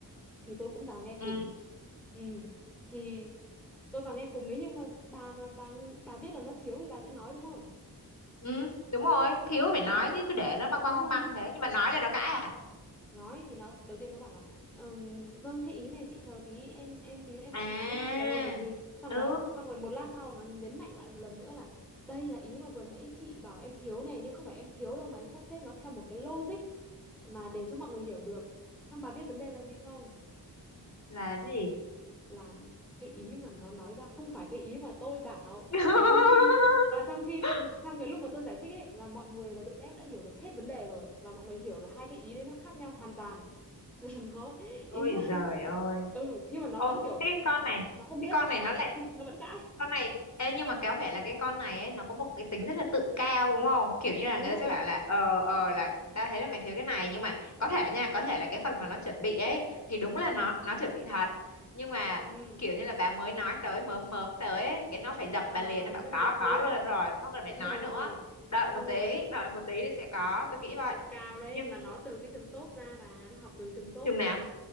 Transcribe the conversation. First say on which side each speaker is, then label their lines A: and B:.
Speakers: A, in the centre; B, on the left.
A: thì tôi cũng vào nghe
B: Ừ.
A: cùng ừ thì tôi vào nghe cùng nếu như mà bà mà bà bà biết là nó thiếu thì bà sẽ nói đúng không
B: Ừ, đúng rồi, thiếu phải
A: Ờ,
B: nói chứ cứ để nó băng
A: đúng
B: băng băng
A: rồi
B: băng thế nhưng mà nói là nó cãi à?
A: nói thì nó đầu tiên nó bảo là "Ừm, vâng cái ý này chị chờ tí em em tí nữa em
B: À.
A: sẽ nói ừ thì xong
B: Ừ,
A: nó xong rồi một lát sau nó nhấn mạnh lại một lần nữa là đây là ý mà vừa nãy chị bảo em thiếu này nhưng không phải em thiếu đâu mà em sắp xếp nó theo một cái logic mà để cho mọi người hiểu được xong bà biết vấn đề là gì không
B: là gì?
A: là cái ý mà nó nói ra không phải cái ý mà tôi bảo
B: <laughs>
A: và trong khi và trong khi trong cái lúc mà tôi giải thích ấy là mọi người là đội dev đã hiểu được hết vấn đề rồi là mọi người hiểu là hai cái ý đấy nó khác nhau hoàn toàn <laughs> là nó
B: Ôi
A: ý là
B: giời ơi.
A: ừ nhưng mà nó
B: Ô,
A: vẫn kiểu
B: thế cái con này,
A: nó không biết
B: cái con này
A: nó
B: nó lại
A: <laughs> nó vẫn cãi
B: con này Ê, nhưng mà có vẻ là cái con này ấy, nó có một cái tính rất là tự cao đúng không? Kiểu như là
A: ừ
B: người ta sẽ bảo là ờ ờ là ta thấy là mày thiếu cái này nhưng mà có thể nha, có thể là cái phần mà nó chuẩn bị ấy thì đúng là
A: ừ
B: nó nó chuẩn bị thật. Nhưng mà
A: ừ
B: kiểu như là bà mới nói tới mớm mớm tới ấy, cái nó phải dập
A: Ờ,
B: bà liền nó bảo
A: nó phải
B: có
A: dập
B: có
A: luôn
B: luôn rồi, không cần
A: đúng
B: phải nói
A: rồi
B: nữa. Đợi
A: xong
B: một tí,
A: rồi
B: đợi một tí thì sẽ có, tôi nghĩ vậy.
A: tự cao đấy
B: Nhưng
A: mà nó từ cái trường tốt ra bà nó học từ trường tốt
B: chừng
A: ra
B: nào